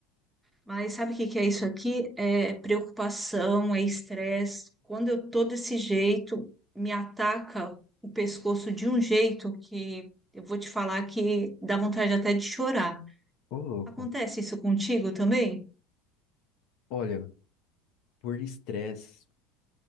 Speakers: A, in the centre; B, on the left (about 60°).
A: Mas sabe o que que é isso aqui? É preocupação, é estresse. Quando eu tô desse jeito, me ataca o pescoço de um jeito que eu vou te falar que dá vontade até de chorar.
B: Ô, louco.
A: Acontece isso contigo também?
B: Olha, por estresse,